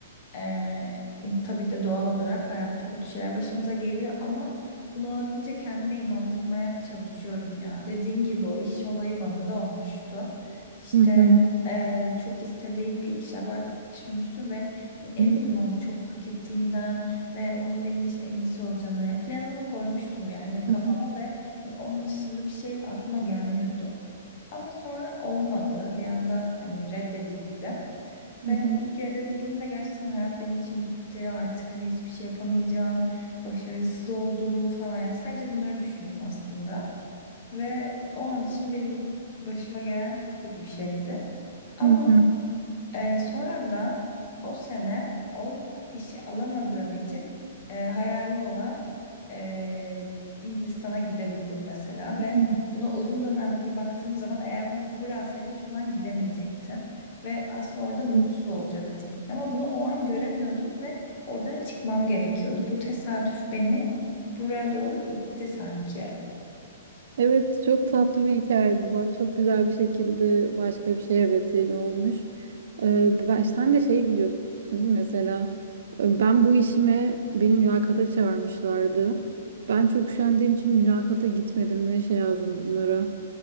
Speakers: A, on the left; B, on the right.
A: E, tabii ki de doğal olarak hayatta kötü şeyler başımıza geliyor ama bunu olabildiğince kendime inandırmaya çalışıyorum ya. Dediğin gibi o iş olayı bana da olmuştu. İşte
B: Hı hı.
A: e, çok istediğim bir işe başvurmuştum ve hani emindim
B: Hı hı.
A: onu çok hak ettiğimden ve onun benim için en iyisi olacağına. Yani planımı koymuştum yani kafama
B: Hı hı.
A: ve Hani onun dışında bir şey aklıma gelmiyordu. Ama sonra olmadı. Bir anda hani reddedildim.
B: Hı
A: Ve ilk reddedildiğimde gerçekten hayat benim için bitti. Artık hani hiçbir şey yapamayacağım. Başarısız oldum falan. Yani sadece bunları düşündüm aslında. Ve o an için benim başıma gelen çok kötü bir şeydi. Ama
B: hı.
A: ee, sonradan o sene o işi alamadığım için e, hayalim olan e, Hindistan'a gidebildim mesela ve
B: Hı
A: buna uzun dönemli baktığım zaman eğer ona kabul alsaydım hiçbir zaman gidemeyecektim ve aslında orada mutsuz
B: hı.
A: olacaktım. Ama bunu o an göremiyordum ve oradan çıkmam gerekiyordu. Bu tesadüf beni buraya doğru itti sanki.
B: Evet çok tatlı bir hikaye bu. Bak çok güzel bir şekilde başka bir şeye vesile olmuş. Ee, ben, sen de şeyi biliyorsun değil mi? Mesela e, ben bu işime beni mülakata çağırmışlardı. Ben çok üşendiğim için mülakata gitmedim ve şey yazdım bunlara.